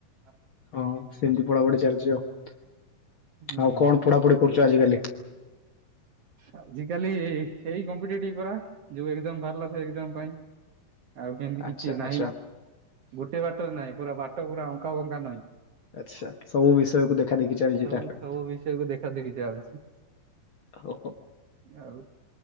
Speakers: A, on the right; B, on the left.
A: ହଁ
B: ହଁ ସେମିତି ପଢା ପଢି ଚାଲିଛି ଆଉ।
A: ହୁଁ
B: ଆଉ କଣ ପଢା ପଢି କରୁଛୁ ଆଜିକାଲି?
A: ଆଜିିକାଲି ଏଇ ହେଇ କମ୍ପିଟେଟିଭ ପରା ଯୋଉ ଏକଜିମ ବାହାରିଲା ଏକଜାମ ପାଇଁ ଆଉ କେମିତି
B: ଆଚ୍ଛା
A: କିଛି ନାହିଁ
B: ଆଚ୍ଛା
A: ଗୋଟେ ବାଟରେ ନାହିଁ ପୁରା ବା ପୁରା ଅଙ୍କା ବଙ୍କା ନଈ
B: ଆଚ୍ଛା ସବୁ ବିଷୟକୁ ଦେଖା ଦେଖି ଚାଲିଛି
A: ସବୁ
B: ତାହେଲେ
A: ସବୁ ବିଷୟକୁ ଦେଖା ଦେଖି ଚାଲଛି।
B: ହଉ
A: ଆଉ